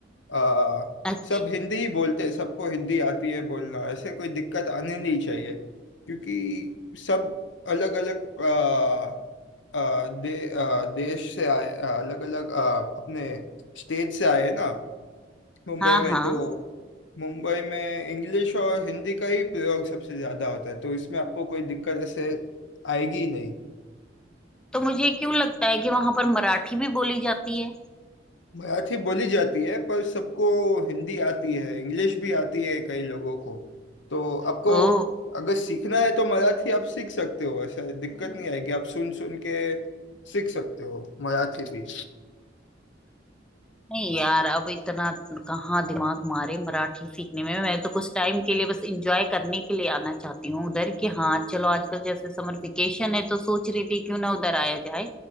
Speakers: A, on the left; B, in the centre.
A: आ,
B: अच्छा
A: सब हिंदी ही बोलते हैं सबको हिंदी आती है बोलना ऐसे कोई दिक्कत आनी नहीं चाहिए क्योंकि सब अलग अलग आ, आ, दे, आ, देश से आए अलग अलग अपने स्टेट से आए हैं ना मुंबई
B: हाँ
A: में
B: हाँ
A: तो मुंबई में इंग्लिश और हिंदी का ही प्रयोग सबसे ज्यादा होता है तो इसमें आपको कोई दिक्कत ऐसे आएगी ही नहीं
B: तो मुझे क्यों लगता है कि वहां पर मराठी भी बोली जाती है
A: मराठी बोली जाती है पर सबको हिंदी आती है इंग्लिश भी आती है कई लोगों को तो आपको
B: ओ
A: अगर सीखना है तो मराठी आप सीख सकते हो ऐसा दिक्कत नहीं आएगी आप सुन सुन के सीख सकते हो मराठी भी
B: नहीं यार अब इतना कहाँ दिमाग मारे मराठी सीखने में मैं तो कुछ टाइम के लिए बस एंजॉय करने के लिए आना चाहती हूँ उधर कि हाँ चलो आजकल जैसे समर वेकेशन है तो सोच रही थी क्यों ना उधर आया जाए